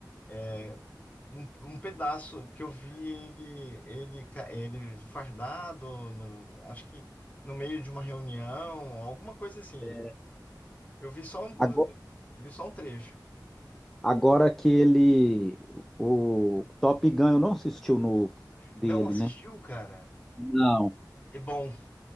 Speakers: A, on the left (about 20°); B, in the centre.
A: É, um, um pedaço que eu vi ele, ele, ca- ele fardado, no- acho que no meio de uma reunião, alguma coisa assim.
B: É,
A: Eu vi só, um-
B: Ago-
A: eu vi só um trecho.
B: Agora, que ele. O Top Gun, eu não assisti o novo dele,
A: Não assistiu,
B: né?
A: cara?
B: Não.
A: É bom,